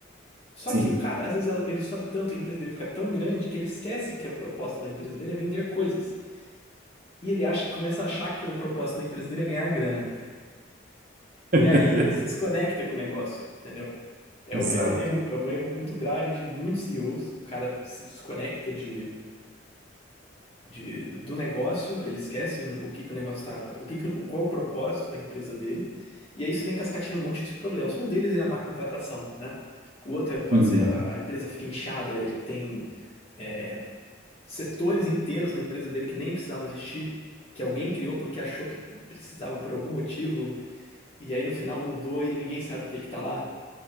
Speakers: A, on the left; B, on the right.
A: Só
B: Sim.
A: que o cara, às vezes, ele sobe tanto, a empresa dele fica tão grande que ele esquece que a proposta da empresa dele é vender coisas. E ele acha, começa a achar que o propósito da empresa dele é ganhar grana.
B: <laughs>
A: E aí ele se desconecta com o negócio, entendeu? É
B: Exato.
A: um, é um erro, é um erro muito grave de muitos CEOs. O cara se desconecta de, de, do negócio, ele esquece o, ne- o que que o negócio tá, o que que, o- qual o propósito da empresa dele. E aí isso vem cascateando um monte de problemas. Um deles é a má contratação, né? O outro é- pode
B: Uhum.
A: ser a, a empresa fica inchada, ele tem é, setores inteiros na empresa dele que nem precisava existir, que alguém criou porque achou que precisava por algum motivo, e aí no final mudou e ninguém sabe por que que tá lá.